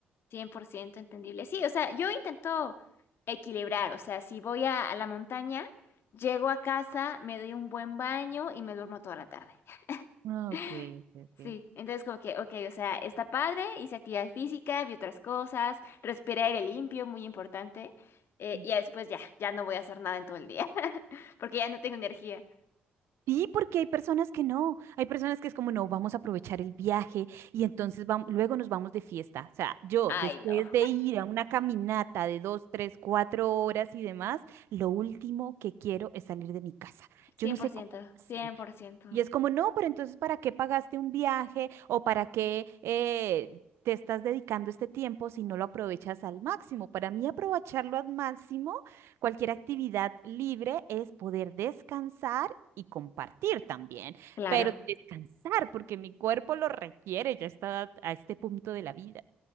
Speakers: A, on the left (about 65°); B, on the right (about 75°).
A: 100% entendible. Sí, o sea, yo intento equilibrar, o sea, si voy a, a la montaña, llego a casa, me doy un buen baño y me duermo toda la tarde.
B: Ah,
A: <laughs>
B: ok, ok,
A: Sí, entonces como que, ok, o sea, está padre, hice actividad física, vi otras cosas, respiré aire limpio, muy importante, eh,
B: ok.
A: y ya después ya, ya no voy a hacer nada en todo el día, <laughs> porque ya no tengo energía.
B: Sí, porque hay personas que no, hay personas que es como, no, vamos a aprovechar el viaje y entonces vam- luego nos vamos de fiesta. O sea, yo
A: Ay,
B: después
A: no,
B: de ir a una caminata de dos, tres, cuatro horas y demás, lo último que quiero es salir de mi casa.
A: Cien
B: Yo
A: cien
B: no
A: por
B: sé
A: ciento,
B: cómo hacen.
A: cien por ciento.
B: Y es como, no, pero entonces, ¿para qué pagaste un viaje o para qué eh, te estás dedicando este tiempo si no lo aprovechas al máximo? Para mí, aprovecharlo al máximo, cualquier actividad libre es poder descansar y compartir también,
A: claro.
B: pero descansar porque mi cuerpo lo requiere ya está a este punto de la vida.